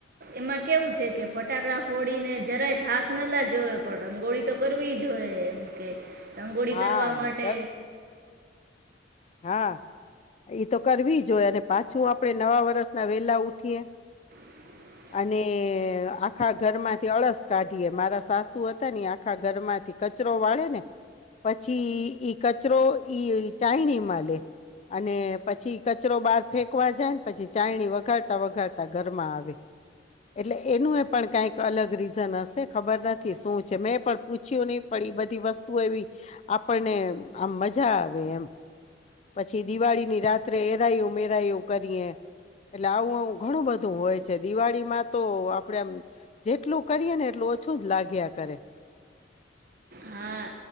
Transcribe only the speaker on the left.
હા
કર હા એ તો કરવી જો હોય અને પાછું આપણે નવા વરષના વેલા ઉઠીએ
અને આખા ઘરમાંથી અળસ કાઢીએ મારા સાસુ હતા ને આખા ઘર માંથી કચરો વાળે ને પછી ઈ કચરો ઈ ચાયણીમાં લે અને પછી કચરો બાર ફેંકવા જાય ને પછી ચાયણી વગાડતા વગાડતા ઘરમાં આવે એટલે એનું એ પણ કંઈક અલગ રીઝન હશે ખબર નથી શું છે મેં પણ પૂછ્યું નહી પ બધી વસ્તુ એવી આપણને આમ મજા આવે એમ પછી દિવાળીની રાત્રે એરાયું મેરાયું કરીએ એટલે આવું આવું ઘણું બધું હોય છે દિવાળીમાં તો આપડેમ જેટલું કરીએ ને એટલું ઓછું જ લાગ્યા કરે